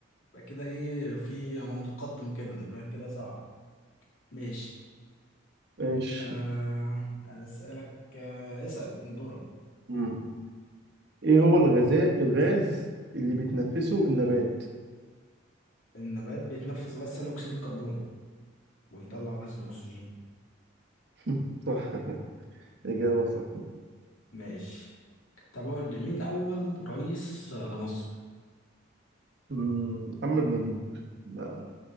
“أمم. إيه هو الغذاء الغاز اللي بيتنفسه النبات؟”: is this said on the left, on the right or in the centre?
Right